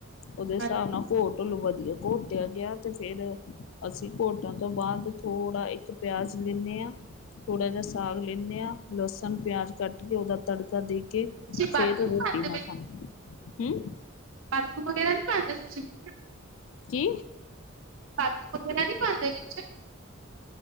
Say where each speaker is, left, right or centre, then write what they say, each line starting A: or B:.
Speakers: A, on the left; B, on the right.
A: ਉਹਦੇ ਹਿਸਾਬ
B: ਹਾਂਜੀ
A: ਨਾਲ ਘੋਟ ਲੋਂ ਵਧੀਆ ਘੋਟਿਆ ਗਿਆ ਤੇ ਫਿਰ ਅਸੀਂ ਘੋਟਣ ਤੋਂ ਬਾਅਦ ਥੋੜ੍ਹਾ ਏਕ ਪਿਆਜ ਲੈਣੇ ਆ। ਥੋੜ੍ਹਾ ਜਿਆ ਸਾਗ ਲੈਣੇ ਆ ਲਸਣ ਪਿਆਜ ਕੱਟ ਕੇ ਉਹਦਾ ਤੜਕਾ ਦੇ ਕੇ
B: ਤੁਸੀਂ
A: ਫੇਰ
B: ਬਾਥੂ ਨੀ
A: ਰੋਟੀ
B: ਪਾਉਂਦੇ
A: ਨਾ ਖਾਣੇ ਆ ਹੂ।
B: ਆਲੂ ਵਗੈਰਾ ਨੀ ਪਾਂਦੇ ਤੁਸੀ?
A: ਕਿ?
B: ਕਾਜੂ ਵਗੈਰਾ ਨੀ ਪਾਉਂਦੇ ਵਿੱਚ?